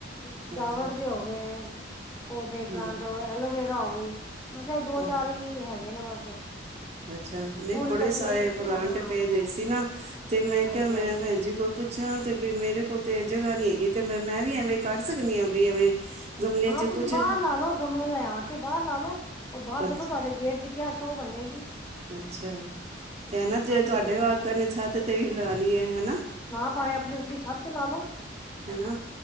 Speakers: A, on the left; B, on the right.
A: ਸਜਾਵੜ
B: ਅੱਛਾ
A: ਦੇ ਹੋ ਗਏ ਉਹਦੇ ਪਲਾਂਟ
B: ਹਾਂਜੀ
A: ਐਲੋਵੇਰਾ ਹੋ ਗਈ। ਬਸ ਇਹ ਦੋ-ਚਾਰ
B: ਹਾਂਜੀ
A: ਈ ਹੈਗੇ ਨੇ ਬਸ।
B: ਅੱਛਾ ਨਈਂ
A: ਫੁੱਲ
B: ਬੜੇ
A: ਪੱਤੀਆਂ
B: ਸਾਰੇ ਪਲਾਂਟ
A: ਹਾਂ
B: ਪਏ
A: ਹਾਂ
B: ਦੇ ਸੀ ਨਾ ਤੇ ਮੈਂ ਕਿਆ
A: ਹਾਂਜੀ
B: ਮੈਂ
A: ਹਾਂਜੀ
B: ਭੈਣ ਜੀ ਕੋਲ ਪੁ ਅੱਛਾ ਤੇ ਵੀ ਮੇਰੇ ਕੋਲ ਤੇ ਇਹ ਜਗ੍ਹਾ ਨੀ ਹੈਗੀ ਤੇ ਮੈਂ ਵੀ ਐਵੇਂ ਕਰ ਸਕਣੀ ਆਂ ਵੀ ਐਵੇਂ ਗਮਲੇ
A: ਹਾਂ
B: ਚ
A: ਤੁਸੀਂ
B: ਕੁਛ
A: ਬਾਹਰ ਲਾ ਲਓ ਗਮਲੇ ਲਿਆ ਕੇ ਬਾਰ ਲਾ ਲੋ ਉਹ ਬਾਰ ਦੇਖੋ
B: ਅੱਛਾ
A: ਤੁਹਾਡੇ ਗੇਟ ਦੀ ਕਿਆ ਸੋ਼ਅ ਬੰਨੇਗੀ।
B: ਅੱਛਾ ਤੇ ਨਾਂ ਜੇ
A: ਹਾਂਜੀ
B: ਤੁਆਡੇ
A: ਭੈਣ
B: ਵਾਕਣ
A: ਜੀ
B: ਛੱਤ ਤੇ ਵੀ ਲਾ ਲਈਏ ਹੈਨਾਂ।
A: ਨਾਂ ਭਾਵੇਂ ਆਪਣੀ ਉਤਲੀ ਛੱਤ ਤੇ ਲਾ ਲੋ।
B: ਹਨਾ